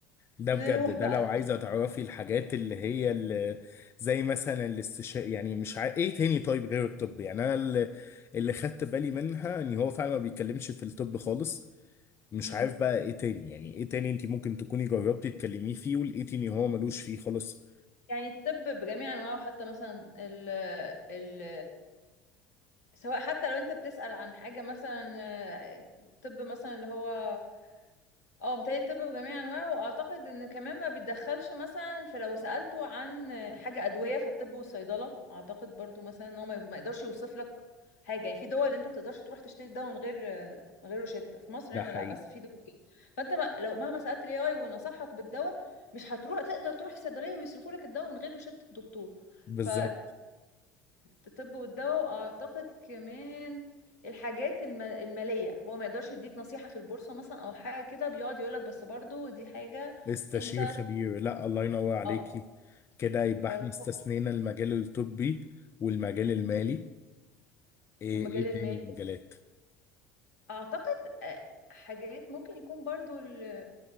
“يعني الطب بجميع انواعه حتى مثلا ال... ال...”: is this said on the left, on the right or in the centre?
Left